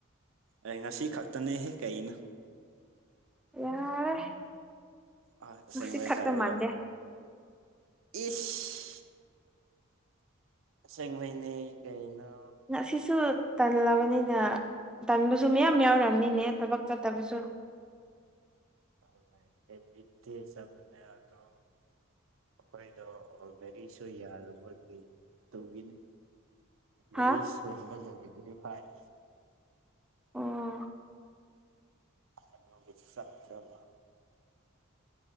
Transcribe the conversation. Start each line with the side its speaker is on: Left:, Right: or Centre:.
Right: ꯑꯩ ꯉꯁꯤ ꯈꯛꯇꯅꯦꯍꯦ ꯀꯩꯅ
Centre: ꯌꯥꯔꯦ
Right: ꯑ ꯑꯁꯦꯡꯕꯩ
Centre: ꯉꯁꯤ ꯈꯛꯇ
Right: ꯍꯥꯏꯔꯒ
Centre: ꯃꯥꯟꯗꯦ
Right: ꯏꯁ ꯑꯁꯦꯡꯕꯩꯅꯦ ꯀꯩꯩꯅꯣ
Centre: ꯑꯁꯤꯁꯨ ꯇꯜꯂꯕꯅꯤꯅ ꯇꯟꯕꯁꯨ ꯃꯌꯥꯝ ꯌꯥꯎꯅꯤꯅꯦ ꯊꯕꯛ ꯆꯠꯇꯕꯁꯨ
Right: ꯑ ꯑꯦꯕ꯭ꯔꯤꯠꯇꯤ ꯍꯤꯁꯥꯕꯅꯦ ꯑꯗ ꯍꯣꯏꯗ <unintelligible> ꯑꯣ ꯒꯥꯔꯤꯁꯨ ꯌꯥꯗꯕꯒꯤ ꯑꯗꯨꯒꯤꯅꯤ ꯒꯥꯔꯤ
Centre: ꯍꯥ
Right: ꯁꯤꯕꯜ ꯂꯣꯏꯗꯔꯤ ꯍꯥꯏ
Centre: ꯑꯣ
Right: ꯑꯗꯨꯅ ꯆꯇ꯭ꯔꯕ